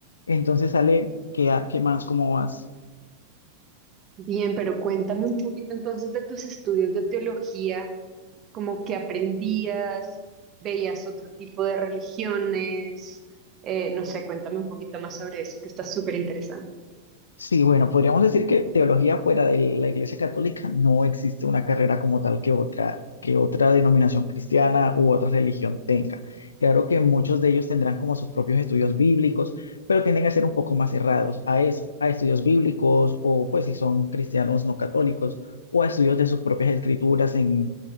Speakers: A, on the left; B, on the right.
A: Entonces sale, ¿qué, ha- qué más? ¿Cómo vas?
B: Bien, pero cuéntame un poquito entonces de tus estudios de teología, como que aprendías, veías otro tipo de religiones, eh, no sé, cuéntame un poquito más sobre eso, que está súper interesante.
A: Sí, bueno, podríamos decir que teología fuera de la Iglesia Católica no existe una carrera como tal que otra, que otra denominación cristiana u otra religión tenga. Claro que muchos de ellos tendrán como sus propios estudios bíblicos, pero tienden a ser un poco más cerrados a eso, a estudios bíblicos o pues si son cristianos no católicos o a estudios de sus propias escrituras en